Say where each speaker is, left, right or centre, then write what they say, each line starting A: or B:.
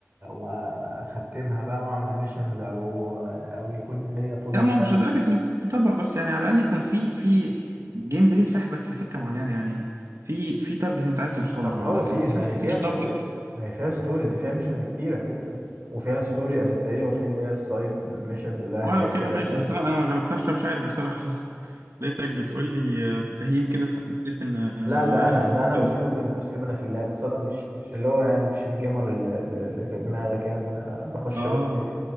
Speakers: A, on the right; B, on the right.
A: واختمها بقى واعمل ميشنز او او يكون ليا طولة
B: لا
A: بال
B: ما هو مش لدرجة انك تطبق بس يعني على الأقل يكون في في جيم بلاي سحبك في سكة معينة يعني في في تارجت انت عايز توصل
A: طب
B: له
A: ما هو
B: لكن
A: في
B: طالما
A: ما هي فيها
B: مفيش
A: ستوري
B: تارجت
A: ما هي فيها ستوري دي فيها ميشنز كتيرة جدا وفيها ستوري أساسية وفي اللي هي السايد ميشنز اللي هي
B: ما
A: حاجات
B: لو كده
A: كده
B: ماشي
A: سايد
B: بس انا انا ما جربتهاش فمش عارف بصراحة <laughs> لقيتك بتقول لي آه، بتهيم كده فحسيت ان آه،
A: لا ده
B: رايحة
A: أنا
B: في
A: ده
B: السكة
A: أنا
B: دي
A: أسلوبي أنا أسلوبي أنا في اللعب بس أنا مش مش اللي هو يعني مش الجيمر اللي, اللي اللي في دماغك يعني أنا بخش
B: اه
A: بس إيه